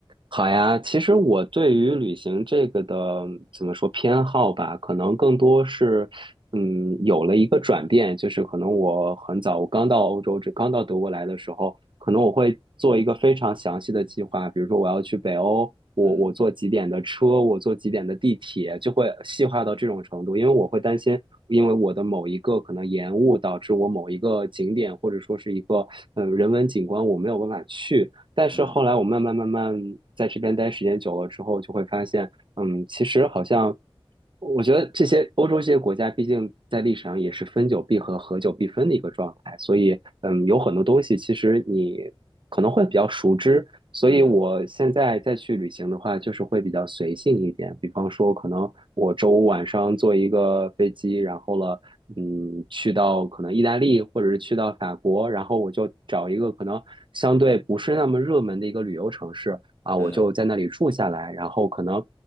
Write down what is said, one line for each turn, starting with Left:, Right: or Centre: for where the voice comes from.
Right: 好呀，其实我对于旅行这个的怎么说偏好吧，可能更多是，嗯，有了一个转变，就是可能我很早，我刚到欧洲，这刚到德国来的时候，可能我会做一个非常详细的计划，
Left: 嗯
Right: 比如说我要去北欧，我我坐几点的车，
Left: 嗯
Right: 我坐几点的地铁，就会细化到这种程度，因为我会担心，因为我的某一个可能延误导致我某一个景点或者说是一个呃人文景观我没有办法去。但是后来我慢慢慢慢在这边待时间久了之后，
Left: 嗯
Right: 就会发现，嗯，其实好像我觉得这些欧洲这些国家，毕竟在历史上也是分久必合，合久必分的一个状态，所以嗯，有很多东西其实你可能会比较熟知，所以我现在再去旅行的话，
Left: 嗯
Right: 就是会比较随性一点。比方说，可能我周五晚上坐一个飞机，然后了，嗯，去到可能意大利或者是去到法国，然后我就找一个可能相对不是那么热门的一个旅游城市，啊，
Left: 嗯
Right: 我就在那里住下来，然后可能